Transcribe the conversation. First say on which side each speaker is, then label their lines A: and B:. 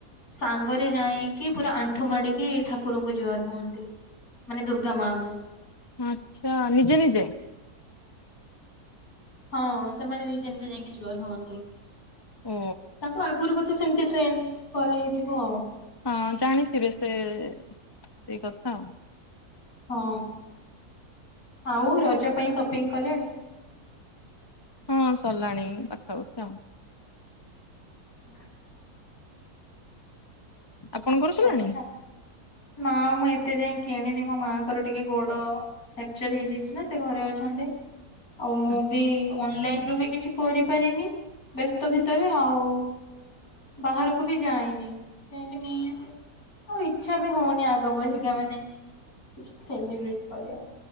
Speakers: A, on the left; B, on the left.
A: ସାଙ୍ଗରେ ଯାଇଁକି ପୁରା ଆଣ୍ଠୁ ମାଡିକି ଠାକୁରଙ୍କୁ ଜୁଆର ହୁଅନ୍ତି। ମାନେ ଦୁର୍ଗା ମାଙ୍କୁ।
B: ଆଚ୍ଛା ନିଜେ-ନିଜେ?
A: ହଁ ସେମାନେ ନିଜେ-ନିଜେ ଯାଇଁକି ଜୁହାର ହୁଅନ୍ତି।
B: ଓ
A: ତାଙ୍କୁ ଆଗୁରୁ ବୋଧେ ସେମିତି ଟ୍ରେନ କରା ହେଇଥିବ ଆଉ।
B: ହଁ ଜାଣିଥିବେ ସେ ସେଇ କଥା ଆଉ।
A: ହଁ ଆଉ ରଜ ପାଇଁ ସପିଙ୍ଗ କଲେଣି?
B: ହଁ ସରିଲାଣି ପାଖା ପାଖି ଆଉ।
A: <unintelligible>
B: ଆପଣଙ୍କର
A: ହଁ
B: ସରିଲାଣି?
A: ଆଜି ଖା ନା ମୁଁ ଏତେ ଯାଏଁ କିଣିନି। ମୋ ମାଆଙ୍କର ଟିକେ ଗୋଡ ଫ୍ୟାକ୍ଚର୍ ହେଇଯାଇଚି ନା ସେ ଘରେ ଅଛନ୍ତି। ଆଉ ମୁଁ
B: ଆଚ୍ଛା,
A: ବି ଅନଲାଇନ ରୁ ବି କିଛି କରିପାରିନି ବେସ୍ତ ଭିତରେ ଆଉ। ବାହାରକୁ ବି ଯାଏନି। ଯାଇଙ୍କି ନେଇ ଆସେ। ଆଉ ଇଚ୍ଛା ବି ହଉନି ଆଗ ଭଳିକା ମାନେ। କିଛି ସେଲିବ୍ରେଟ କରିବା।